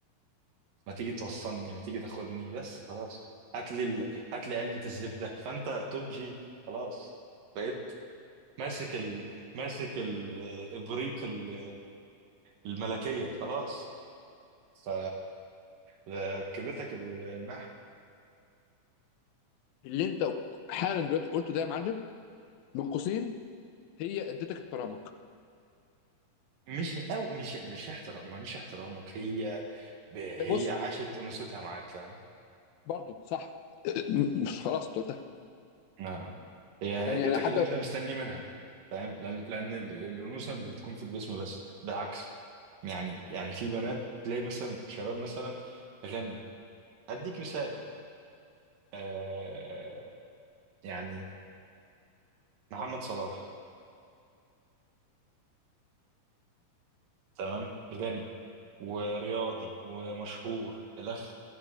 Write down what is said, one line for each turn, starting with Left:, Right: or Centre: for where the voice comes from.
Right: ما تيجي توصلني ما تيجي تاخدني بس خلاص هات لي ال... هات لي علبة الزبدة فانت توب جي خلاص بقيت ماسك ال... ماسك ال- ابريق ال... الملكية خلاص ف ركبتك النحو
Left: اللي انت حالا دلوقتي قلته ده يا معلم من قوسين هي ادتك احترامك
Right: مش او مش مش احترام مش احترامك هي ب... هي
Left: إيه، بص
Right: عاشت انوثتها معاك فاهم
Left: برضو صح <coughs> م- مش خلاص انت قلتها
Right: آه. هي هي
Left: يعني
Right: اديتك
Left: انا حتى
Right: اللي انت مستني منها فاهم لان لان ال- الانوثه مش بتكون في الجسم بس بالعكس يعني يعني في بنات تلاقي مثلا شباب مثلا غني اديك مثال آه يعني محمد صلاح تمام غني ورياضي ومشهور الاخ